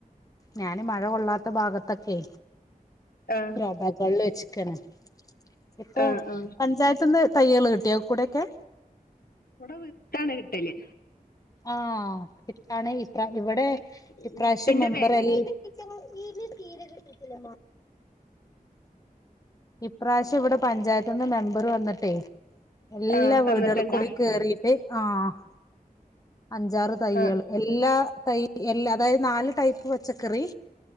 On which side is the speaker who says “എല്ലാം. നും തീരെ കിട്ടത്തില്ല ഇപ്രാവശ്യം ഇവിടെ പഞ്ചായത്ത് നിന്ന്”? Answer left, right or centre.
Left